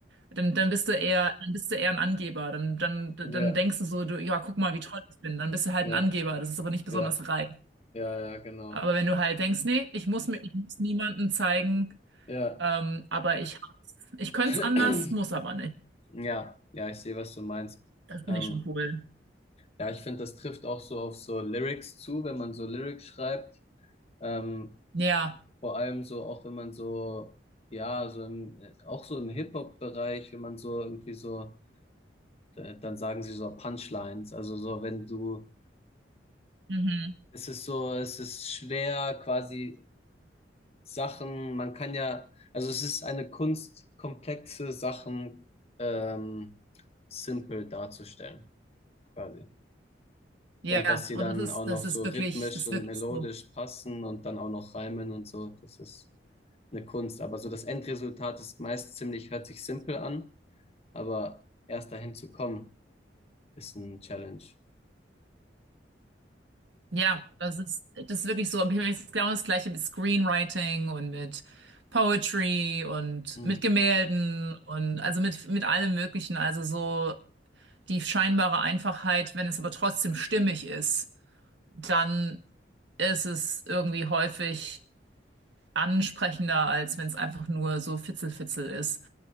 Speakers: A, on the right; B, on the left.
A: dann, dann bist du eher, dann bist du eher ein Angeber. Dann, dann, dann
B: ja,
A: denkst du so, du, ja, guck mal, wie toll ich bin. Dann bist du halt
B: ja,
A: ein Angeber. Das ist aber nicht besonders
B: ja,
A: reif.
B: ja, ja, genau.
A: Aber wenn du halt denkst, nee, ich muss mir, ich muss niemandem zeigen,
B: Ja,
A: ähm, aber ich hab's. Ich könnte
B: <clears throat>
A: es anders, muss aber nicht.
B: ja, ja, ich sehe, was du meinst.
A: Das finde
B: Ähm,
A: ich schon cool.
B: ja, ich finde, das trifft auch so auf so Lyrics zu, wenn man so Lyrics schreibt. Ähm,
A: Ja.
B: vor allem so, auch wenn man so, ja, so im, auch so im Hip-Hop-Bereich, wenn man so irgendwie so, da- dann sagen sie so Punchlines. Also so, wenn du,
A: Mhm.
B: es ist so, es ist schwer quasi Sachen, man kann ja, also es ist eine Kunst, komplexe Sachen ähm, simpel darzustellen, quasi.
A: Ja.
B: Und dass sie
A: Und
B: dann
A: das ist,
B: auch noch
A: das
B: so
A: ist
B: rhythmisch
A: wirklich, das ist
B: und
A: wirklich
B: melodisch
A: so.
B: passen und dann auch noch reimen und so, das ist eine Kunst. Aber so das Endresultat ist meist ziemlich, hört sich simpel an, aber erst dahin zu kommen, ist ein Challenge.
A: Ja, das ist, das ist wirklich so. Im Himmel ist genau das Gleiche mit Screenwriting und mit Poetry und
B: Hm.
A: mit Gemälden und also mit, mit allem Möglichen. Also so die scheinbare Einfachheit, wenn es aber trotzdem stimmig ist, dann ist es irgendwie häufig ansprechender, als wenn es einfach nur so Fitzelfitzel ist.